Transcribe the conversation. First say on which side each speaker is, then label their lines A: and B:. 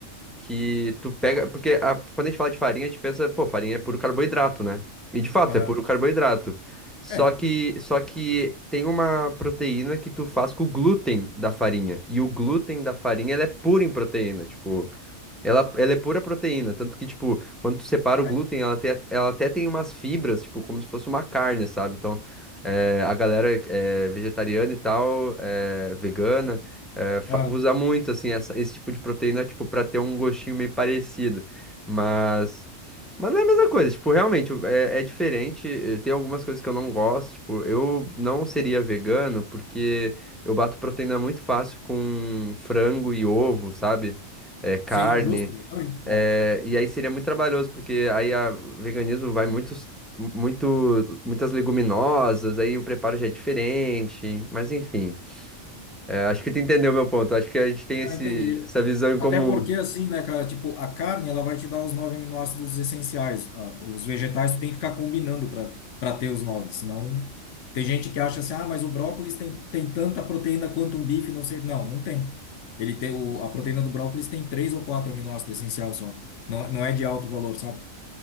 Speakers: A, in the centre; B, on the left.
A: Que tu pega. Porque a- quando a gente fala de farinha, a gente pensa, pô, farinha é puro carboidrato, né? E de fato,
B: Aham.
A: é puro carboidrato. Só
B: É.
A: que, só que tem uma proteína que tu faz com o glúten da farinha. E o glúten da farinha, ela é pura em proteína. Tipo. Ela, ela é pura proteína, tanto que, tipo, quando tu separa
B: Caralho.
A: o glúten, ela, tem, ela até tem umas fibras, tipo, como se fosse uma carne, sabe? Então, eh, a galera eh, vegetariana e tal, eh, vegana, eh, fa-
B: Aham.
A: usa muito, assim, essa- esse tipo de proteína, tipo, pra ter um gostinho meio parecido. Mas, mas não é a mesma coisa, tipo, realmente, o- é, é diferente. eh, Tem algumas coisas que eu não gosto, tipo, eu não seria vegano porque eu bato proteína muito fácil com frango e ovo, sabe? É, carne.
B: Sim, justo, justamente. é.
A: É, E aí seria muito trabalhoso, porque aí a o veganismo vai muitos, muito, muitas leguminosas, aí o preparo já é diferente, mas enfim. É, acho que tu entendeu o meu ponto. Acho que a gente tem esse,
B: Não, entendi.
A: essa visão em
B: Até
A: comum.
B: porque, assim, né, cara, tipo, a carne, ela vai te dar os nove aminoácidos essenciais. Ah, Os vegetais, tu tem que ficar combinando para para ter os nove, senão... Tem gente que acha assim, ah, mas o brócolis tem, tem tanta proteína quanto um bife, não sei. Não, não tem. Ele tem o, a proteína do brócolis tem três ou quatro aminoácidos essenciais só. Não, não é de alto valor, sabe?